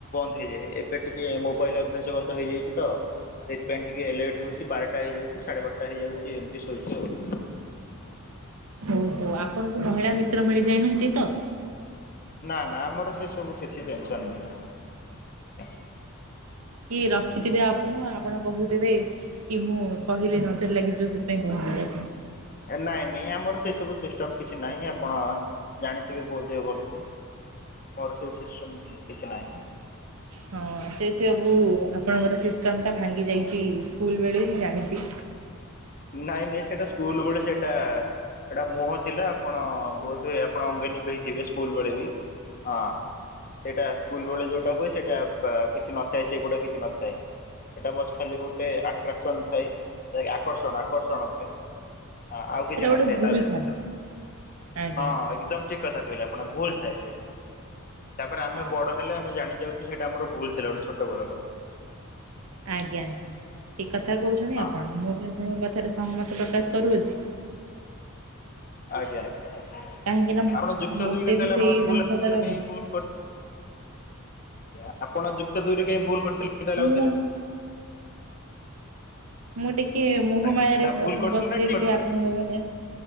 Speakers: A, on the left; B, on the right.
A: ହେଇଯାଏ ଏବେ ଟିକେ ମୋବାଇଲ ଅଭ୍ୟାସଗତ ହେଇଯାଇଛି ତ। ସେଇଥିପାଇଁ ପାଇଁ ଟିକେ ଲେଟ୍ ହଉଛି ବାରଟା ହେଇଯାଉଛି ସାଢେ ବାରଟା ହେଇଯାଉଛି ଏମିତି ଶୋଉଛି ଆଉ।
B: ହଉ ହଉ ଆପଣଙ୍କୁ ମହିଳା ମିତ୍ର ମିଳିଯାଇନାହାନ୍ତି ତ।
A: ନା ନା ଆମର ସେ ସବୁ କିଛି ଟେନସନ ନୁହଁ।
B: କି ରଖିଥିବେ ଆପ ଉଁ ଆପଣ କହୁଥିବେ କି ମୁଁ କହିଲେ ନଜର ଲାଗିଯିବ ସେଥିପାଇଁ କହୁନାହାନ୍ତି ଆପଣ।
A: ଏ ନାଇଁ ନାଇଁ ଆମର ସେ ସବୁ ସିଷ୍ଟମ କିଛି ନାହିଁ ଆପଣ ଜାଣିଥିବେ ବୋଧେ ଭଲସେ। ମୋର ସବୁ ସିଷ୍ଟମ୍ କିଛି ନାହିଁ।
B: ହଁ ସେ ସେଆ ଉ ଆପଣଙ୍କର ସିଷ୍ଟମ ଟା ଭାଙ୍ଗି ଯାଇଛି ସ୍କୁଲ ବେଳେ ମୁଁ ଜାଣିଛି।
A: ନାଇଁ ନାଇଁ ସେଇଟା ସ୍କୁଲ ବେଳେ ସେଟା। ଏଟା ମୁହଁ ଥିଲା ଆପଣ ବୋଧେ ଆପଣ ଅଙ୍ଗେ ନିଭେଇ ଥିବେ ସ୍କୁଲ ବେଳେ ବି। ହଁ ସେଟା ସ୍କୁଲ ବେଳେ ଯୋଉଟା ହୁଏ ସେଟା। ପା କିଛି ନଥାଏ ସେଗୁଡା କିଛି ନଥାଏ। ଏଇଟା ବସ ଖାଲି ଗୋଟେ ଆଟ୍ରାକ୍ସନ ଥାଏ ଯାହାକି ଆକର୍ଷଣ ଆକର୍ଷଣ ଥାଏ। ହଁ ଆଉ କିଛି
B: ସେଟା ଗୋଟେ
A: ନଥାଏ
B: ଭୁଲ
A: ତା ବ୍ୟତୀତ
B: ଥାଏ ଆଜ୍ଞା
A: ହଁ ଏକଦମ। ଠିକ୍ କଥା କହିଲେ ଆପଣ ଭୁଲ ଥାଏ ସେଇଟା ତାପରେ ଆମେ
B: ହଁ।
A: ବଡ ହେଲେ ଆମେ ଜାଣି ଯାଉ କି ସେଟା ଆମର ଭୁଲ ଥିଲା ଗୋଟେ ଛୋଟବେଳର।
B: ଆଜ୍ଞା ଆଜ୍ଞା ଠିକ କଥା କହୁଛନ୍ତି ଆପଣ
A: ହଁ
B: ମୁଁ ବି ଆପଣଙ୍କ କଥାରେ ସହମତି ପ୍ରକାଶ କରୁଅଛି।
A: ଆଜ୍ଞା ଆଜ୍ଞା।
B: କାହିଁକି ନା
A: ଆପଣ ଯୁକ୍ତ
B: ମତେ
A: ଦୁଇ ରେ
B: ବି
A: ତାହେଲେ
B: ସେଇ
A: ଆପଣ ସ୍କୁଲ
B: ଜିନିଷ
A: ରେ ଆଉଥରେ
B: ଟା ଲାଗୁଛି।
A: ପାଇଁ ବୁ କ ଆଜ୍ଞା ଆପଣ ଯୁକ୍ତ ଦୁଇରେ କାହିଁକି ଭୁଲ କରିଥିଲେ ତାହେଲେ
B: ମୁଁ
A: ଆଉଥରେ?
B: ମୁଁ ଟିକେ ମୋହ
A: ଆଜ୍ଞା
B: ମାୟାରେ
A: ନା ଭୁଲ
B: ଅ
A: କରିଥିଲେ
B: ପସି
A: ନା
B: ଯାଇଥିଲି
A: ଠିକ କରିଥିଲେ
B: ଆପଣଙ୍କ ଘରେ।